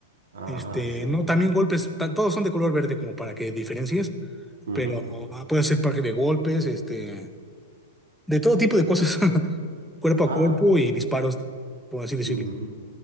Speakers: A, on the right (about 85°); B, in the centre.
A: Ajá,
B: este,
A: sí.
B: no, también golpes, ta- todos son de color verde como para que diferencies,
A: Ujú.
B: pero ah, puede ser parque de golpes, este, de todo tipo de cosas, <laughs> cuerpo
A: Ah,
B: a cuerpo y disparos, por así decirlo.
A: ujú.